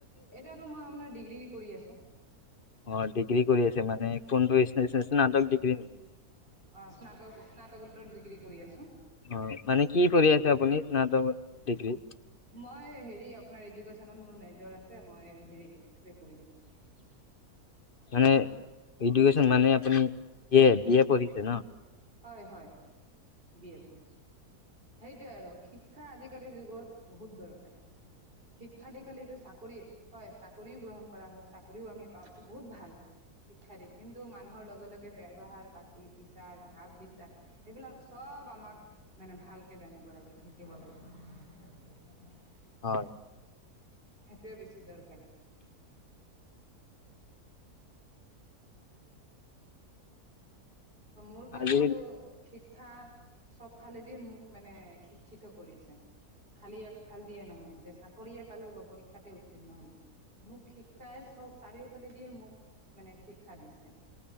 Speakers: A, on the right; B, on the left.
A: এতিয়াতো মই আপোনাৰ ডিগ্ৰী কৰি আছো
B: অ ডিগ্ৰী কৰি আছে মানে কোনটো স্নাতক ডিগ্ৰী নি কি
A: অঁ স্নাতক স্নাতকোত্তৰ ডগ্ৰী কৰি আছোঁ
B: অ মানে কি কৰি আছে আপুনি স্নাতক ডিগ্ৰী
A: মই হেৰি আপোনাৰ এডুকেশ্বনত মোৰ মেজৰ আছে মই হেৰি এইটোতে কৰি আছোঁ <inaudible>
B: মানে এডুকেচন মানে আপুনি বি এ বি এ পঢ়িছে ন
A: হয় হয় বি এ পঢ়িচো সেইটোৱে আৰু শিক্ষা আজিকালিৰ যুগত বহুত দৰকাৰী শিক্ষা দিশলেটো চাকৰি হয় চাকৰিও গ্ৰহণ কৰা হয় চাকৰিও আমি পাওঁ এইটো বহুত ভাল শিক্ষা দী কিন্তু মানুহৰ লগে লগে বৱহাৰ পাতি বিচাৰ বা ভাব বিচাৰ এইবিলাক চব আমাক মানে ভালকে জানিব লাগে শিকিব লাগে <unintelligible>
B: হয়।
A: সেইটোোৱে বেছি দৰকাৰী। মোৰ কাৰণেতোক।
B: আজিকালি
A: শিক্ষা চব ফালেদিয় মোক মানে শিক্ষিত কৰিছে। খালি একফাল দিয়ে নহয় যে চাকৰিয়ে পালো বা পৰীক্ষাতে উত্তীৰ্ণ হল মোক শিক্ষাই। চব চাৰিওফালে দিয়ে মোক মানে শিক্ষা দিছে।